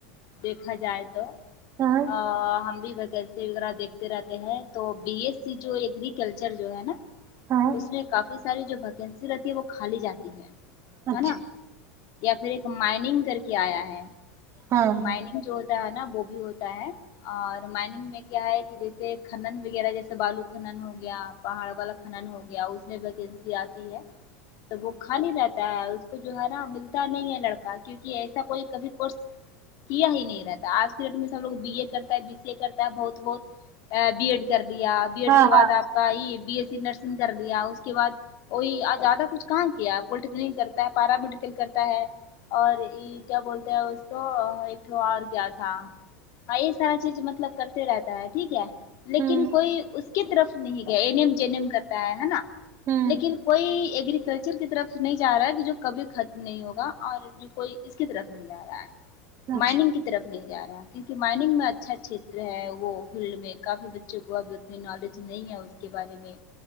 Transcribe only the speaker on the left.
دیکھا جائے تو
آ ہم بھی ویکینسی وغیرہ دیکھتے رہتے ہیں تو بی ایس سی جو ایک کلچر جو ہے نا
اس میں کافی ساری جو ویکنسی رہتی ہے وہ کھالی جاتی ہے
ہے نا یا پھر ایک مائننگ کر کے آیا ہے
مائننگ جو ہوتا ہے نا وہ بھی ہوتا ہے اور مائننگ میں کیا ہے کہ جیسے کھنن وغیرہ جیسے بالو کھنن ہو گیا پہاڑ والا کھنن ہو گیا اس میں ویکینسی آتی ہے تو وہ کھالی رہتا ہے اس کو جو ہے نا ملتا نہیں ہے لڑکا کیونکہ ایسا کوئی کبھی کورس کیا ہی نہیں رہتا آج کے ڈیٹ میں سب لوگ بی اے کرتا ہے بی سی اے کرتا ہے بہت بہت بی ایڈ کر لیا بی ایڈ
کے بعد
آپ کا یہ بی ایس سی نرسنگ کر لیا اس کے بعد وہی زیادہ کچھ کہاں کیا پلیٹیکنک کرتا ہے پیرا میڈیکل کرتا ہے اور ای کیا بولتے ہیں اس کو میں تو آج کیا تھا ہاں یہ سارا چیز مطلب کرتے رہتا ہے ٹھیک ہے لیکن
کوئی اس کی طرف نہیں گیا این ایم جینم کرتا ہے ہے نا
لیکن کوئی ایگری کلچر کی طرف نہیں جا رہا ہے کہ جو کبھی ختم نہیں ہوگا اور جو کوئی اس کی طرف نہیں جا رہا ہے
مائنگ کی طرف نہیںل جا رہا ہے کیونکہ مائنگ میں اچھا چھیتر ہے وہ فیلڈ میں کافی ڈ بچوں کو آج اتنی نالج نہیں ہے اس کے بارے میں